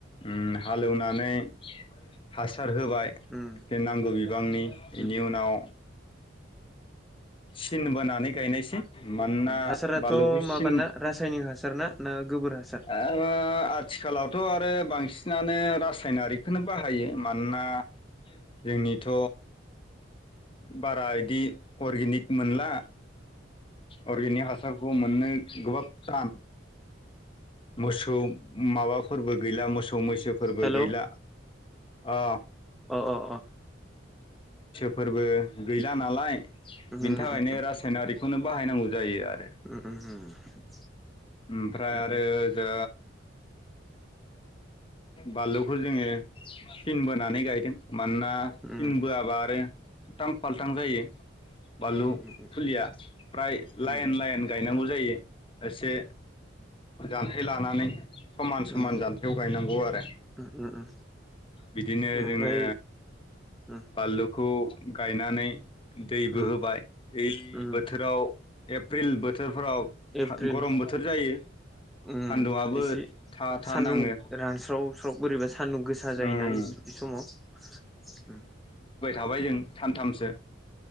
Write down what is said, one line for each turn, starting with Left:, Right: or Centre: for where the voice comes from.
Left: उम हालेवनानै हा सार होबाय
Centre: उम
Left: एसे नांगौ बिबांनि
Centre: उम
Left: इनि
Centre: उम
Left: उनाव <unintelligible> सिन बोनानै गायनायसै मानोना
Centre: हासाराथ'
Left: बानलुखौ
Centre: माबाना
Left: सिन
Centre: रासायनिक हासार ना ना गोबोर हासार
Left: ओ आथिखालावथ' रो बांसिनानो रासायनारिकखौनो बाहायो मानोना जोंनिथ' बारा इदि अर्गेनिक मोनला अर्गेनिक हासारखौ मोननो गोब्राब टान मोसौ माबा फोरबो गैला मोसौ मैसो फोरबो
Centre: हेलौ
Left: गैला अ
Centre: अ अ अ
Left: फोरबो गैला नालाय
Centre: उम
Left: बिनि
Centre: उम
Left: थाखायनो
Centre: उम
Left: रासायनारि इखौनो बाहायनांगौ जायो आरो
Centre: उम उम उम <unintelligible>
Left: ओमफ्राय आरो
Centre: उम
Left: जा बालुखौ जोंङो सिन बोनानै गायदों मानोना
Centre: उम
Left: सिन बोआबा आरो उलतां पाल्तां जायो
Centre: उम
Left: बानलु
Centre: उम उम
Left: फुलिया प्राय लाइन
Centre: उम
Left: लाइन गायनांगौ जायो एसे जान्थाइ लानानै समान समान
Centre: उम
Left: जान्थायाव गायनांगौ आरो
Centre: उम उम
Left: बिदिनो
Centre: ओमफ्राय
Left: जोङो
Centre: उम
Left: बालुखौ गाय नानै दैबो
Centre: उम
Left: होबाय <unintelligible>
Centre: उम
Left: बोथोराव एप्रिल बोथोरफोराव
Centre: एप्रिल
Left: था गरम बोथोर जायो
Centre: उम
Left: सान्दुंआबो
Centre: एसे
Left: था था
Centre: सान्दुं
Left: नाङो
Centre: रानस्राव स्राव बोरैबा सान्दुं गोसा जायोना
Left: ओं
Centre: इ समाव ओम
Left: बाय जों सानथामसो